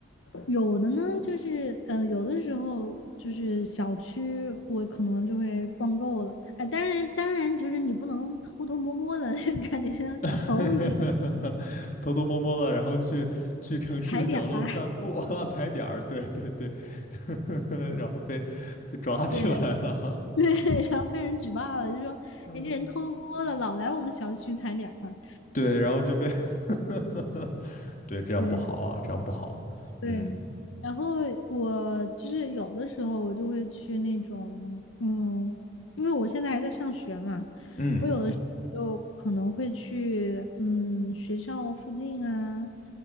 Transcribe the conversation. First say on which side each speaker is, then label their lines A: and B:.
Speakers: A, on the left; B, on the left.
A: 有的呢，就是呃，有的时候就是小区我可能就会逛够了，哎，当然当然就是你不能偷偷摸摸的，<laughs> 就感觉像小偷一样
B: <laughs> 偷偷摸摸的，然后去去城市的角落散步啊，
A: 踩点儿，
B: <laughs> 踩点儿，对对对，<laughs> 然后被被抓起来了，
A: 对 <laughs> 对，然后被人举报了，就说哎这人偷偷摸摸的老来我们小区踩点儿，
B: 嗯，对，然后就被 <laughs> 对，这样不好啊，
A: 对。
B: 这样不好，
A: 对，
B: 嗯
A: 然后我就是有的时候我就会去那种，嗯，因为我现在还在上学嘛，
B: 嗯
A: 我有的时候就可能会去，嗯，学校附近啊，